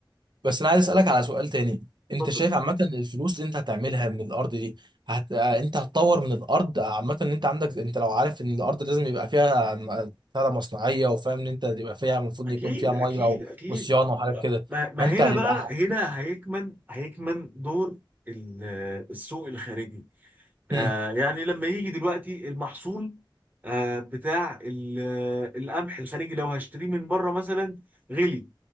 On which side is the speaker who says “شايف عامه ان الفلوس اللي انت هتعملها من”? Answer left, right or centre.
Right